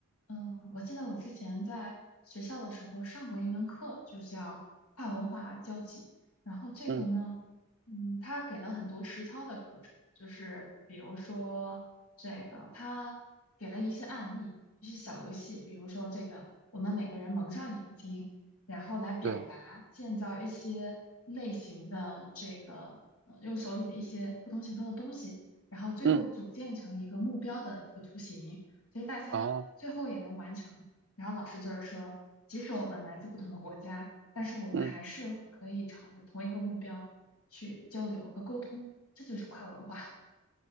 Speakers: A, on the left; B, on the right.
A: 嗯，我记得我之前在学校的时候上过一门课，就叫跨文化交际。然后这个呢，
B: 嗯，
A: 嗯，他给了很多实操的课程，就是比如说这个，他给了一些案例，一些小游戏，比如说这个，我们每个人蒙上眼睛，然后来表达，
B: 对，
A: 建造一些类型的这个，呃，用手里的一些不同形状的东西，然后最后组建成一个目标的一个图形。
B: 嗯，
A: 所以大家最后也能完成。
B: 好，
A: 然后老师就是说，即使我们来自不同的国家，但是我们还是可以朝着同一个目标去交流和沟通，
B: 嗯。
A: 这就是跨文化。